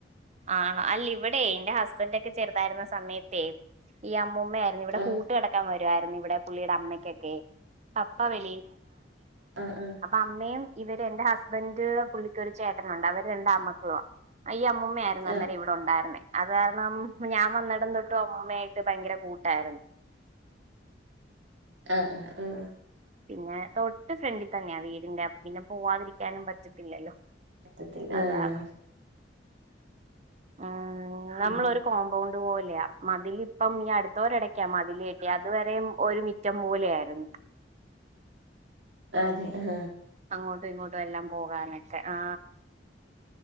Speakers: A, on the right; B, on the right.
A: ആണോ അല്ല ഇവിടെ എന്റെ ഹസ്ബൻഡ ഒക്കെ ചെറുതായിരുന്ന സമയത്ത് ഈ അമ്മൂമ്മയായിരുന്നു ഇവിടെ
B: ആഹ്
A: കൂട്ട് കിടക്കാൻ വരുായിരുന്നു ഇവിടെ പുള്ളിയുടെ അമ്മയ്ക്കൊക്കെ അ
B: ആഹ് ആഹ്
A: അമ്മയും ഇവര് എന്റെ ഹസ്ബന്് പ ചേട്ടനുണ്ട് അവര് രണ്ടാ അമ്മക്കളു ആ അയ്യ അമ്മൂമ്മ ആയിരുന്നു അന്നേരം
B: ആഹ്
A: ഇവിടെ ഉണ്ടായിരുന്നേ അത് കാരണം ഞാൻ വന്നിടം തൊട്ടും അമ്മയായിട്ട് ഭയങ്കര കൂട്ടായിരുന്നു
B: ആഹ ആഹ ഉഹ
A: പിന്നെ തൊട്ട് ഫ്രണ്ടിൽ തന്നെയാ വീടിന്റെ പിന്നെ പോവാതിരിക്കാനും പറ്റത്തില്ലല്ലോ
B: സത്യത്തി ആഹ
A: അതാ ഉം നമ്മളൊരു
B: ഉം
A: കോമ്പൗണ്ട് അതുപോലെയാ മതിൽപ്പം ഈ അടുത്തോരടക്കാ മതില കട്ടിയ അത്വര ഒരു മിറ്റം പോലെയ ആയിരുന്നു
B: അതെ ആഹ
A: ഇങ്ങോട്ടും ഇങ്ങോട്ടും എല്ലാം പോകാനൊക്കെ ആ